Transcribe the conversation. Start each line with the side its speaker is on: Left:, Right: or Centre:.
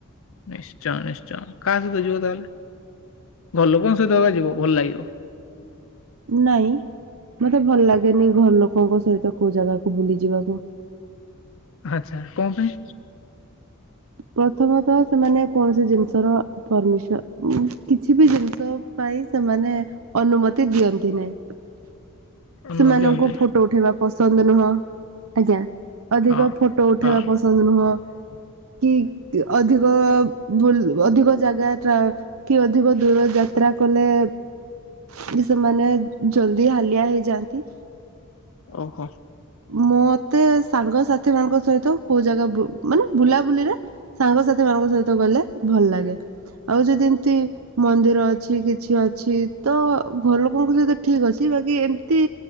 Left: ନିଶ୍ଚୟ ନିଶ୍ଚୟ କାହା ସହିତ ଯିବ ତାହେଲେ ଘର ଲୋକଙ୍କ ସହିତ ହାକା ଯିବ ଭଲ ଲାଗିବ।
Right: ନାଇଁ ମତେ ଭଲ ଲାଗେନି ଘର ଲୋକଙ୍କ ସହିତ କୋଉ ଜାଗାକୁ ବୁଲି ଯିବାକୁ।
Left: ଆଚ୍ଛା କ ପାଇଁ।
Right: ପ୍ରଥମତଃ ସେମାନେ କୌଣସି ଜିନିଷର ପରମିଶ କିଛି ବି ଜିନିଷ ପାଇଁ ସେମାନେ ଅନୁମତି ତି ଦିଅନ୍ତି ନାହିଁ
Left: ଅନୁମତି
Right: ସେମାନଙ୍କୁ
Left: ଦିଅନ୍ତେ
Right: ଫ ଟୋ ଉଠେଇବା ପସନ୍ଦ ନୁହଁ ଆଜ୍ଞା ଅଧିକ
Left: ହଁ
Right: ଫଟୋ ଉଠେଇବା
Left: ହଁ
Right: ପସନ୍ଦ ନୁହଁ। କି ଅଧିକ ବୁଲ ଅଧିକ ଜାଗା ଟ୍ରା କି ଅଧିକ ଦୂର ଯାତ୍ରା କଲେ କି ସେମାନେ ଜଲଦି ହାଲିଆ ହେଇଯାଆନ୍ତି।
Left: ଓହୋ।
Right: ମତେ ସାଙ୍ଗସାଥି ମାନଙ୍କ ସହିତ କୋଉ ଜାଗା ମାନେ ବୁଲାବୁଲିରେ ସାଙ୍ଗସାଥି ମାନଙ୍କ ସହିତ ଗଲେ ଭଲ ଲାଗେ। ଆଉ ଯଦି ଏମିତି ମନ୍ଦିର ଅଛି କିଛି ଅଛି ତ ଘର ଲୋକଙ୍କ ସହିତ ଠିକ ଅଛି ବାକି ଏମତି